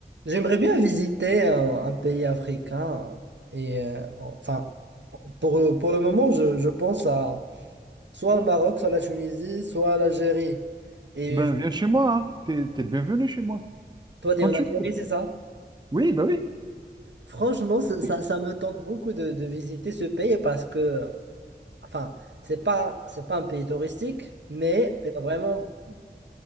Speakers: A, on the right (about 80°); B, on the right (about 25°).
A: J'aimerais bien visiter un, un pays africain et euh, enfin pour, pour le moment je, je pense à soit le Maroc, soit la Tunisie, soit l'Algérie. Et
B: Ben, viens chez moi, hein. T'es, t'es le bienvenu chez moi.
A: toi tu
B: Quand
A: es en
B: tu
A: Algérie,
B: veux.
A: c'est ça?
B: Oui, ben oui.
A: Franchement, ça, ça ça me tente beaucoup de, de visiter ce pays parce que enfin, c'est pas c'est pas un pays touristique, mais il y a vraiment